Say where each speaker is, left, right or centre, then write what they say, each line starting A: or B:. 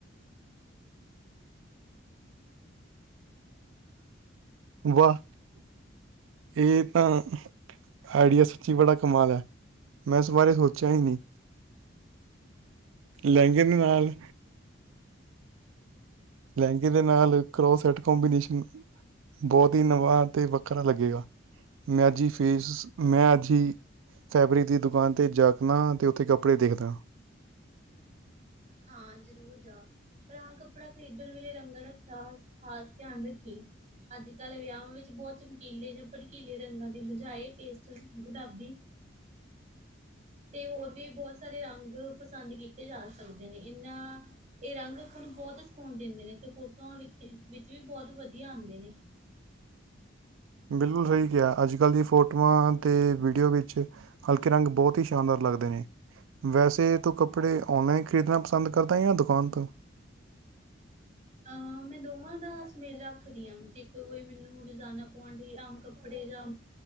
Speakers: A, on the right; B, on the right.
A: ਵਾਹ ਏ ਤਾਂ ਆਈਡੀਆ ਸੱਚੀ ਬੜਾ ਕਮਾਲ ਐ ਮੈਂ ਇਸ ਬਾਰੇ ਸੋਚਿਆ ਹੀ ਨੀ। ਲਹਿੰਗੇ ਦੇ ਨਾਲ। ਲੈਂਗੇ ਦੇ ਨਾਲ ਕਰੋਸ ਸੈਟ ਕੋਂਬੀਨੇਸ਼ਨ ਬੋਤ ਈ ਨਵਾਂ ਤੇ ਵੱਖਰਾ ਲੱਗੇਗਾ। ਮੈਂ ਅੱਜ ਫੇਸ ਮੈਂ ਅੱਜ ਜੀ। ਫੈਬਰਿਕ ਦੀ ਦੁਕਾਨ ਤੇ ਜਾ ਕੇ ਨਾ ਫੇਰ ਤੇ ਓਥੇ ਕੱਪੜੇ ਦੇਖਦਾ।
B: ਹਾਂ ਜ਼ਰੂਰ ਜਾ। ਪਰ ਆ ਕੱਪੜਾ ਖ਼ਰੀਦਣ ਵੇਲੇ ਰੰਗਾਂ ਦਾ ਖਾਸ ਖ਼ਾਸ ਧਿਆਨ ਰੱਖੀ। ਅੱਜ-ਕੱਲ੍ਹ ਵਿਆਵਾਂ ਵਿੱਚ ਬੋ ਚਮਕੀਲੇ ਜਾਂ ਭੜਕੀਲੇ ਰੰਗਾਂ ਦੀ ਬਜਾਏ ਪੇਸਟ ਗੁਲਾਬੀ
A: <inaudible>
B: ਤੇ ਹੋਰ ਵੀ ਬੋ ਸਾਰੇ ਰੰਗ ਪਸੰਦ ਕੀਤੇ ਜਾ ਸਕਦੇ ਨੇ ਏਨਾ ਏ ਰੰਗ ਆਪਾਂ ਨੂੰ ਬੋਤ ਸਕੂਨ ਦਿੰਦੇ ਨੇ ਤੇ ਫੋਟੋਆਂ ਵਿਖ ਵਿੱਚ ਵੀ ਬੋਤ ਵਧੀਆ ਆਂਦੇ ਨੇ।
A: ਬਿਲਕੁੱਲ ਸਈ ਕਿਆ ਅੱਜ ਕੱਲ੍ਹ ਦੀ ਫੋਟੋਆਂ ਤੇ ਵੀਡੀਓ ਵਿੱਚ ਹਲਕੇ ਰੰਗ ਬੋਤ ਈ ਸ਼ਾਨਦਾਰ ਲੱਗਦੇ ਨੇ। ਵੈਸੇ ਤੂੰ ਕੱਪੜੇ ਔਨਲਾਈਨ ਖਰੀਦਣਾ ਪਸੰਦ ਕਰਦਾ ਜਾ ਦੁਕਾਨ ਤੋਂ?
B: ਅ ਮੈਂ ਦੋਵਾਂ ਦਾ ਸੁਮੇਲ ਰੱਖਦੀ ਆ ਜੇ ਕੋ ਕੋਈ ਮੈਨੂੰ ਰੋਜ਼ਾਨਾ ਪੋਣ ਲਈ ਆਮ ਕੱਪੜੇ ਜਾਂ